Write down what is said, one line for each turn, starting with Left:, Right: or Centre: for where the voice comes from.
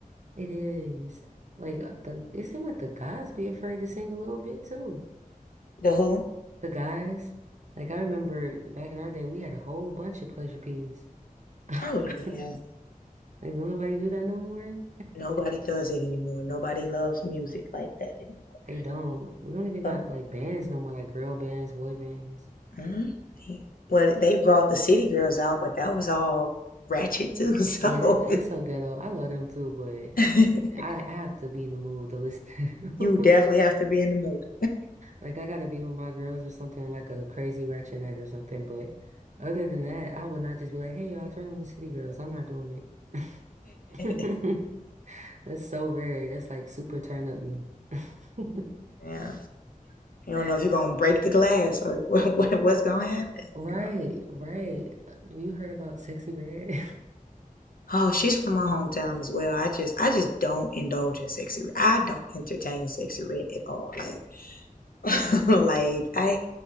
Right: It is. Like uh, the it seemed like the guys be afraid to sing a little bit too.
Left: The Who?
Right: The guys. Like I remember back in our day we had a whole bunch of pleasure peas. <laughs>
Left: Oh yeah,
Right: Like don't nobody do that no more?
Left: nobody does it anymore. Nobody loves music like that anymore.
Right: They don't. We don't even got
Left: But
Right: like bands no more, like girl bands, boy bands.
Left: mm, well, they brought the City Girls out, but that was all ratchet too. <laughs> So
Right: Yeah, they, they so ghetto. I love them too, but
Left: <laughs>
Right: I, I have to be in the mood to listen to
Left: you
Right: them.
Left: definitely
Right: <laughs>
Left: have to be in the mood.
Right: Like I gotta be with my girls or something, like a crazy ratchet night or something, but other than that, I would not just be like, hey, y'all, turn on the City Girls. I'm not doing it. <laughs>
Left: <laughs>
Right: That's so rare. That's like super turn up me. <laughs>
Left: Yeah. You don't know if you're gonna break the glass or <laughs> what, what what's gonna happen,
Right: Right,
Left: you know.
Right: right. You heard about Sexy Red?
Left: Oh, she's from my hometown as well. I just I just don't indulge in sexy. red. I don't entertain sexy red at all. Like <laughs> like I